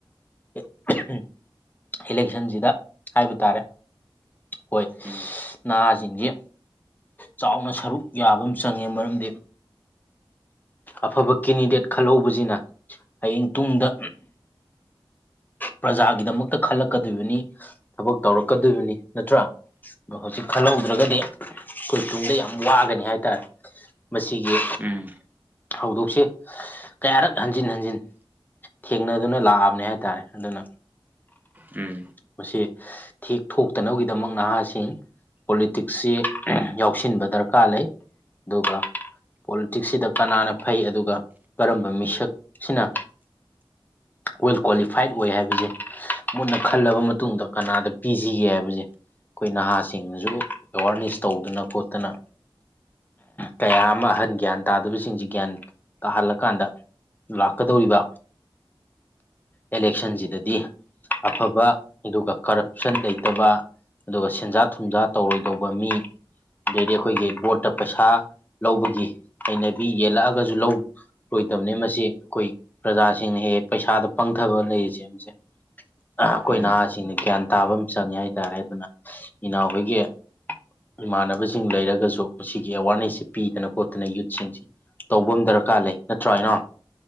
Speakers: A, on the left (about 20°); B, on the right (about 20°).
A: <unintelligible> ꯏꯂꯦꯛꯁꯟꯁꯤꯗ ꯍꯥꯏꯕ ꯇꯥꯔꯦ ꯍꯣꯏ
B: ꯎꯝ
A: ꯅꯍꯥꯁꯤꯡꯁꯤ ꯆꯥꯎꯅ ꯁꯔꯨꯛ ꯌꯥꯕ ꯑꯃ ꯆꯪꯉꯦ ꯃꯔꯝꯗꯤ ꯑꯐꯕ ꯀꯦꯟꯗꯤꯗꯦꯠ ꯈꯜꯍꯧꯕꯁꯤꯅ ꯍꯌꯦꯡ ꯇꯨꯡꯗ ꯄ꯭ꯔꯖꯥꯒꯤꯗꯃꯛꯇ ꯈꯜꯂꯛꯀꯗꯣꯏꯕꯅꯤ ꯊꯕꯛ ꯇꯧꯔꯛꯀꯗꯣꯏꯕꯅꯤ ꯅꯠꯇ꯭ꯔꯥ ꯑꯗꯣ ꯍꯧꯖꯤꯛ ꯈꯜꯍꯧꯗ꯭ꯔꯒꯗꯤ ꯑꯩꯈꯣꯏ ꯇꯨꯡꯗ ꯌꯥꯝ ꯋꯥꯒꯅꯤ ꯍꯥꯏ ꯍꯥꯏꯇꯥꯔꯦ ꯃꯁꯤꯒꯤ
B: ꯎꯝ
A: ꯍꯧꯗꯣꯛꯁꯦ <unintelligible> ꯀꯌꯥꯔꯛ ꯍꯟꯖꯤꯟ ꯍꯟꯖꯤꯟ ꯊꯦꯡꯅꯗꯨꯅ ꯂꯥꯛꯑꯕꯅꯦ ꯍꯥꯏꯇꯥꯔꯦ ꯑꯗꯨꯅ
B: ꯎꯝ
A: ꯃꯁꯤ ꯊꯦꯛ ꯊꯣꯛꯇꯅꯕꯒꯤꯗꯃꯛ ꯅꯍꯥꯁꯤꯡ ꯄꯣꯂꯤꯇꯤꯛꯁꯁꯤ ꯌꯥꯎꯁꯤꯟꯕ ꯗꯔꯀꯥꯔ ꯂꯩ ꯑꯗꯨꯒ ꯄꯣꯂꯤꯇꯤꯛꯁꯁꯤꯗ ꯀꯅꯥꯅ ꯐꯩ ꯑꯗꯨꯒ ꯀꯔꯝꯕ ꯃꯤꯁꯛꯁꯤꯅ ꯋꯦꯜ ꯀ꯭ꯋꯥꯂꯤꯐꯥꯏꯠ ꯑꯣꯏ ꯍꯥꯏꯕꯁꯦ ꯃꯨꯟꯅ ꯈꯜꯂꯕ ꯃꯇꯨꯡꯗ ꯀꯅꯥꯗ ꯄꯤꯁꯤꯒꯦ ꯍꯥꯏꯕꯁꯦ ꯑꯩꯈꯣꯏ ꯅꯍꯥꯁꯤꯡꯅꯁꯨ ꯑꯦꯋꯥꯔꯅꯦꯁ ꯇꯧꯗꯅ ꯈꯣꯠꯇꯅ ꯀꯌꯥ ꯑꯃ ꯑꯍꯟ ꯒ꯭ꯌꯥꯟ ꯇꯥꯗꯕꯁꯤꯡꯁꯤ ꯒ꯭ꯌꯥꯟ ꯇꯥꯍꯜꯂꯀꯥꯟꯗ ꯂꯥꯛꯀꯗꯧꯔꯤꯕ ꯑꯦꯂꯦꯛꯁꯟꯁꯤꯗꯗꯤ ꯑꯐꯕ <unintelligible> ꯑꯗꯨꯒ ꯀꯔꯞꯁꯟ ꯂꯩꯇꯕ ꯑꯗꯨꯒ ꯁꯦꯟꯖꯥ ꯊꯨꯝꯖꯥ ꯇꯧꯔꯣꯏꯗꯧꯕ ꯃꯤ ꯑꯗꯩꯗꯤ ꯑꯩꯈꯣꯏꯒꯤ ꯕꯣꯠꯇ ꯄꯩꯁꯥ ꯂꯧꯕꯒꯤ ꯍꯩꯅꯕꯤ ꯌꯦꯜꯂꯛꯑꯒꯁꯨ ꯂꯧ ꯂꯣꯏꯗꯕꯅꯤ ꯃꯁꯤ ꯑꯩꯈꯣꯏ ꯄ꯭ꯔꯖꯥꯁꯤꯡꯅ ꯍꯦꯛ ꯍꯦꯛ ꯄꯩꯁꯥꯗ ꯄꯪꯊꯕ ꯂꯩꯔꯤꯁꯦ ꯃꯁꯦ ꯑꯩꯈꯣꯏ
B: ꯎꯝ
A: ꯅꯍꯥꯁꯤꯡꯅ ꯒ꯭ꯌꯥꯟ ꯇꯥꯕ ꯑꯃ ꯆꯪꯉꯦ ꯍꯥꯏꯇꯥꯔꯦ ꯑꯗꯨꯅ ꯏꯅꯥꯎꯈꯣꯏꯒꯤ ꯏꯃꯥꯟꯅꯕꯁꯤꯡ ꯂꯩꯔꯒꯁꯨ ꯃꯁꯤꯒꯤ ꯑꯦꯋꯥꯔꯅꯦꯁꯁꯤ ꯄꯤꯗꯅ ꯈꯣꯠꯇꯅ ꯌꯨꯠꯁꯤꯡꯁꯤ ꯇꯧꯕ ꯑꯃ ꯗꯔꯀꯥꯔ ꯂꯩ ꯅꯠꯇ꯭ꯔꯣ ꯏꯅꯥꯎ